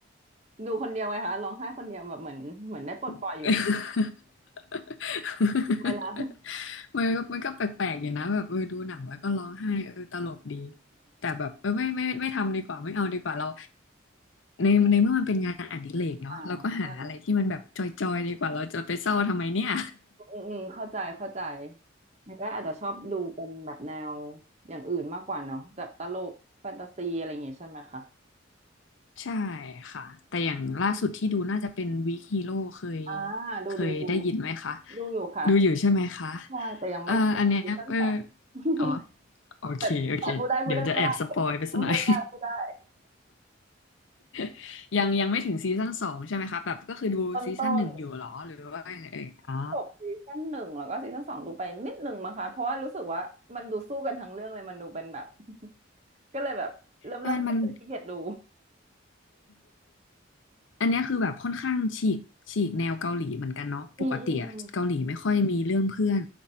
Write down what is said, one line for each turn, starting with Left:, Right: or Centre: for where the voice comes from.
Right: ดูคนเดียวไงคะร้องไห้คนเดียวแบบเหมือนเหมือนได้ปลดปล่อยอยู่นะ
Left: <laughs>
Right: <laughs> ไม่นะ
Left: มันก็มันก็แปลกๆอยู่นะแบบเออดูหนังแล้วก็ร้องไห้เออตลกดีแต่แบบเออไม่ไม่ไม่ไม่ทำดีกว่าไม่เอาดีกว่าเราในในเมื่อมันเป็นงานอดิเรกเนาะเราก็หาอะไรที่มันแบบจอยๆดีกว่าเราจะไปเศร้าทำไมเนี่ย
Right: <laughs> อ่า อืมอืมเข้าใจเข้าใจมันก็อาจจะชอบดูเป็นแบบแนวอย่างอื่นมากกว่าเนาะแบบตลกแฟนตาซีอะไรอย่างงี้ใช่ไหมคะ
Left: ใช่ค่ะแต่อย่างล่าสุดที่ดูน่าจะเป็นวีคฮีโร่เคย
Right: อ่าดูดูดู
Left: เคยได้ยินไหมคะ
Right: ดูอยู่ค่ะ
Left: ดูอยู่ใช่ไหมคะ
Right: ใช่แต่ยังไม่จบซีซั่นสอง
Left: เอ่ออันเนี้ยเออ
Right: <laughs>
Left: อ๋อโอเคโอเคเดี๋ยวจะแอบสปอยไปสักหน่อย
Right: แต่แต่พูดได้พูดได้พูดได้พูดได้พูดได้
Left: <laughs> ยังยังไม่ถึงซีซั่นสองใช่ไหมคะแบบก็คือดูซีซั่นหนึ่งอยู่เหรอหรือว่ายังไงเอ่ยอ่า
Right: ต้นต้นจบซีซั่นหนึ่งแล้วก็ซีซั่นสองดูไปนิดหนึ่งมั้งคะเพราะว่ารู้สึกว่ามันดูสู้กันทั้งเรื่องเลยมันดูเป็นแบบก็เลยแบบเริ่มเริ่มเหมือนจะขี้เกียจดู
Left: เออมัน อันเนี้ยคือแบบค่อนข้างฉีกฉีกแนวเกาหลีเหมือนกันเนาะปกติอะเกาหลีไม่ค่อยมีเรื่องเพื่อน
Right: อืมอืม